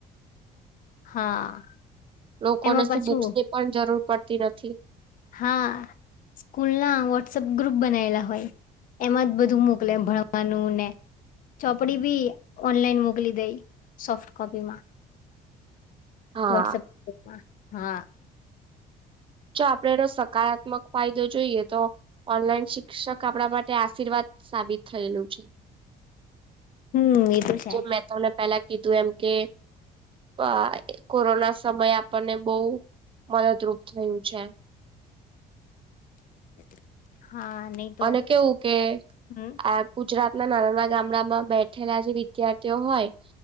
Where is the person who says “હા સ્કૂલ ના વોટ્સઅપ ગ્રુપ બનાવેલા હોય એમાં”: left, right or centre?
Left